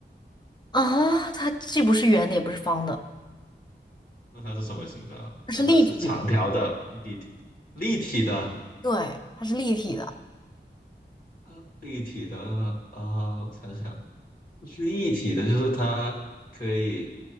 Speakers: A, on the left; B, on the left.
A: 啊，它既不是圆的，也不是方的，
B: 那它是什么形状啊那它是长条的、
A: 它是立体的。
B: 立体、立体的、
A: 对，它是立体的。
B: 啊，立体的啊、呃我想想，是立体的就是它可以